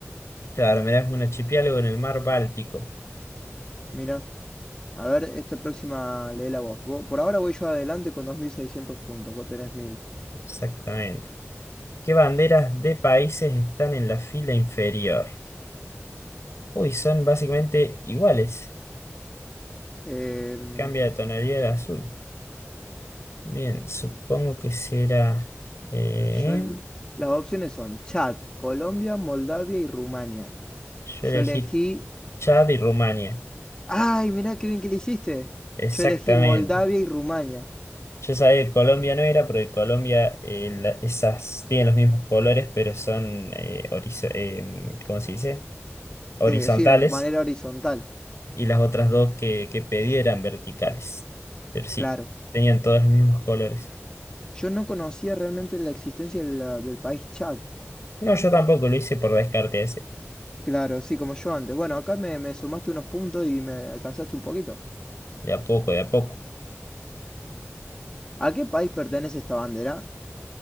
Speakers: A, on the left (about 70°); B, on the left (about 15°).
A: Claro, mirá, es un archipiélago en el mar Báltico.
B: Mira, a ver, esta próxima léela vos. Vos- Por ahora voy yo adelante con 2.600 puntos, vos tenés mil.
A: Exactamente. ¿Qué banderas de países están en la fila inferior? Uy, son básicamente iguales.
B: Em,
A: Cambia de tonalidad de azul. Bien, supongo que será. eh,
B: yo, el- las opciones son Chad, Colombia, Moldavia y Rumania.
A: Yo
B: Yo
A: elegí
B: elegí...
A: Chad y Rumania,
B: ¡Ay, mirá qué bien que le hiciste!
A: exactamente.
B: Yo elegí Moldavia y Rumania.
A: Yo sabía que Colombia no era, porque Colombia eh, la- esas tienen los mismos colores, pero son, eh, horizo- em, ¿cómo se dice? Horizontales,
B: Eh, sí, de manera horizontal,
A: y las otras dos que, que pedí eran verticales. Pero sí,
B: claro.
A: tenían todos los mismos colores.
B: Yo no conocía realmente la existencia de la- del país Chad.
A: No, yo tampoco lo hice por descarte ese,
B: Claro, sí, como yo antes. Bueno, acá me, me sumaste unos puntos y me alcanzaste un poquito.
A: de a poco, de a poco.
B: ¿A qué país pertenece esta bandera?